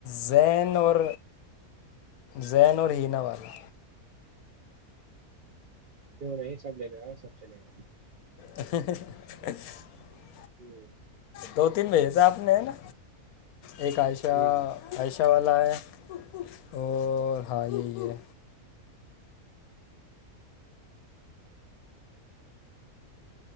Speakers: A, on the left (about 75°); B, on the right (about 55°).
A: زین اور زین اور حنا والا
B: کیوں نہیں سب لے ل گا سب چلے گا
A: ہ <inaudible>
B: ہوں
A: دو تین بجے سے آپ نے ہے نا ایک عائشہ
B: ہ
A: عش اھا والا ہے اور ہ یہ ہے